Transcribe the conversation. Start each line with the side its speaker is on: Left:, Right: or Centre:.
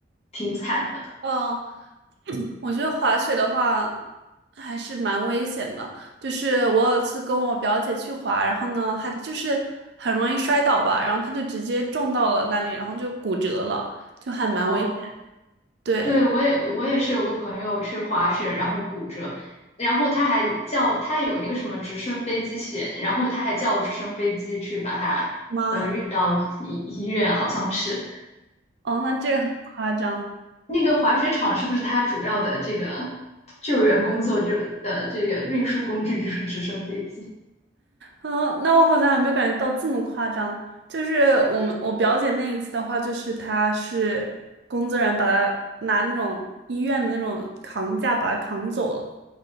Left: 挺惨的。
Right: 哦，<clears throat> 我觉得滑雪的话还是蛮危险的，就是我有一次跟我表姐去滑，然后呢，她就是很容易摔倒吧，然后她就直接撞到了那里，然后就骨折了，就还蛮危险。
Left: 哦，
Right: 对。
Left: 对，我也我也是有个朋友去滑雪，然后骨折，然后他还叫他还有那个什么直升飞机险，然后他还叫直升飞机去把他呃运到医医院，
Right: 妈。
Left: 好像是
Right: 哦，那这个很夸张。
Left: 那个滑雪场是不是他主要的这个救援工作就的这个运输工具就是直升飞机？
Right: 哦，那我好像还没有感觉到这么夸张。就是我们我表姐那一次的话，就是她是工作人员把她拿那种医院的那种扛架把她扛走了。